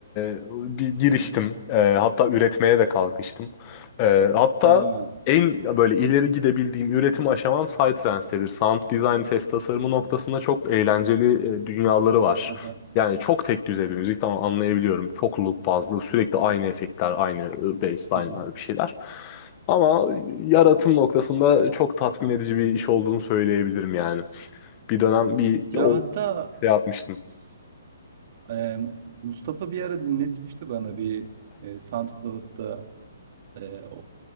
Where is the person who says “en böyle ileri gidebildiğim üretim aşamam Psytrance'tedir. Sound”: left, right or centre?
Left